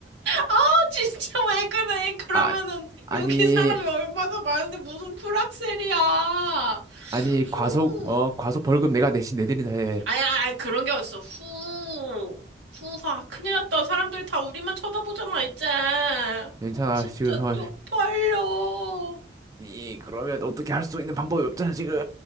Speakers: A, on the right; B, on the right.
A: 아우 진짜 <laughs> 왜 그래? 그러면은
B: 아, 아니,
A: 여기 사람이 얼마나 많은데 무슨 풀악셀이야.
B: 아니,
A: 후.
B: 과속, 어, 과속 벌금 내가 내신 내드린다 해.
A: 아니, 아니, 아니, 그런 게 어딨어. 후. 후하. 큰일 났다. 사람들이 다 우리만 쳐다보잖아, 이제. 아,
B: 괜찮아,
A: 진짜
B: 지금, 어,
A: 쪽팔려.
B: 이, 그러면 어떻게 할 수 있는 방법이 없잖아, 지금.